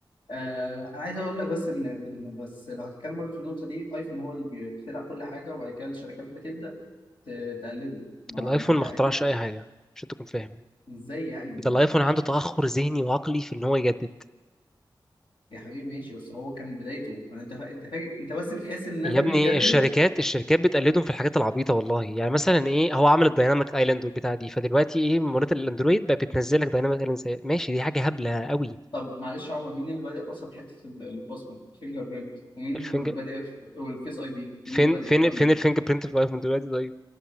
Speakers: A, on the left; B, in the centre.
A: آه انا عايز اقول لك بس ان إن بس لو هتتكلم برضه في النقطه دي ايفون هو اللي بيخترع كل حاجه وبعد كده الشركات بتبدا ت- تقلده ما,
B: الايفون
A: ما انت
B: ما
A: اكيد
B: اخترعش اي حاجه عشان تكون فاهم يعني
A: ازاي يعني
B: ده
A: ما
B: الايفون
A: تختارهاش
B: عنده
A: يعني
B: تاخر ذهني وعقلي في ان هو يجدد
A: يا حبيبي ماشي بس هو كان بدايته ما انت فا... انت فاكر انت بس بتحس ان الناس
B: يا
A: دي
B: ابني
A: بتجدد
B: الشركات الشركات بتقلدهم في الحاجات العبيطه والله يعني مثلا ايه هو عمل الدايناميك ايلاند والبتاع دي فدلوقتي ايه منات الاندرويد بقى بتنزل لك دايناميك ايلاند زي ماشي دي حاجه هبله قوي
A: طب معلش يا عمر مين اللي بادئ اصلا في حته ال- البصمه فينجر برينت ومين
B: الفينجر
A: اللي بادئ في... والفيس اي دي
B: فين
A: مين اللي بادئ
B: فين
A: الكلام
B: فين
A: ده
B: الفينجر برينت في الايفون دلوقتي طيب